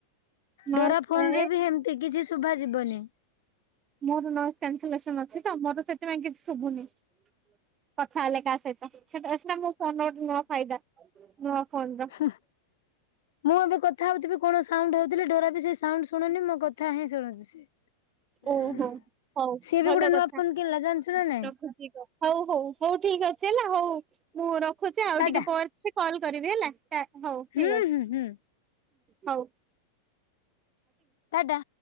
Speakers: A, on the right; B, on the left.
A: ନଏଜ
B: ଡୋରା ଫୋନ୍
A: ଏ
B: ରେ ବି ହେମ୍ ଟି କିଛି ଶୁଭା ଯିବନି।
A: ମୋର ନଏଜ୍ କ୍ୟାନ୍ସେଲେସନ୍ ଅଛି ତ ମୋର ସେଥିପାଇଁ କିଛି ଶୁଭୁନି। ପଖା ଲେକା ସେଇଟା ସେଟା ସେଟା ମୋ ଫୋନ୍ ର ଗୋଟେ ନୂଆ ଫାଇଦା ନୂଆ ଫୋନ୍ ର।
B: ହୁଃ ମୁଁ ଏବେ କଥା ହୋଉଥିବି କଣ ସାଉଣ୍ଡ୍ ହଉଥିଲେ ଡୋରା ବି ସେ ସାଉଣ୍ଡ୍ ଶୁଣୁନୀ ମୋ କଥା ହିଁ ଶୁଣୁଚି ସିଏ।
A: ଓହୋ ହଉ
B: ସିଏ
A: ଭଲ
B: ବି ଗୋଟେ
A: କଥା।
B: ନୂଆ ଫୋନ୍ କିଣିଲା ଜାଣିଛୁ ନା ନାଇଁ?
A: ରଖୁଛି ହଉ ହଉ ହଉ ଠିକ ଅଛି ହେଲା ହଉ ମୁଁ ରଖୁଛି ଆଉ
B: ଟାଟା
A: ଟିକେ ପରେ ସେ କଲ୍ କରିବି ହେଲା। କାଟ୍ ହଉ ଠିକ୍
B: ହୁଁ
A: ଅଛି
B: ହୁଁ ହୁଁ
A: ହଉ।
B: ଟାଟା।